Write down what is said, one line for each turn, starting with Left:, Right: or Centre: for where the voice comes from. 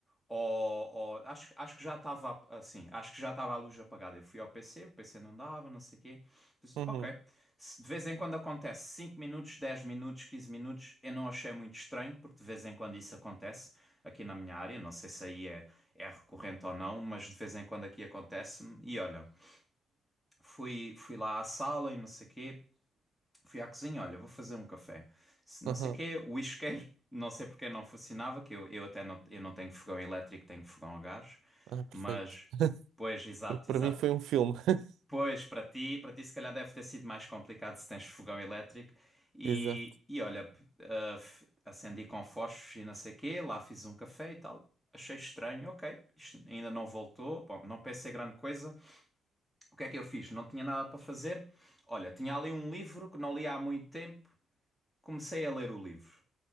Centre: ou, ou- acho, acho que já estava assim, acho que já estava a luz apagada. Eu fui ao PC, o PC não dava, não sei o quê. Disse,
Right: uhum,
Centre: ok, Se de vez em quando acontece 5 minutos, 10 minutos, 15 minutos, eu não achei muito estranho, porque de vez em quando isso acontece aqui na minha área. Não sei se aí é, é recorrente ou não, mas de vez em quando aqui acontece-me. E olha, fui, fui lá à sala e não sei quê, fui à cozinha, olha, vou fazer um café. Se não
Right: uhum.
Centre: sei quê, o isqueiro, não sei porque não funcionava, que eu, eu até não, eu não tenho fogão elétrico, tenho fogão a gás,
Right: Ah, perfeito.
Centre: mas. Pois, exato,
Right: Porque para
Centre: exato.
Right: mim foi um filme. <laughs>
Centre: Pois, para ti, para ti se calhar deve ter sido mais complicado se tens fogão elétrico. E,
Right: Exato.
Centre: e olha, p- ah, f- acendi com fósforos e não sei quê, lá fiz um café e tal. Achei estranho, ok, isto ainda não voltou. Bom, não pensei grande coisa. O que é que eu fiz? Não tinha nada para fazer. Olha, tinha ali um livro que não li há muito tempo. Comecei a ler o livro.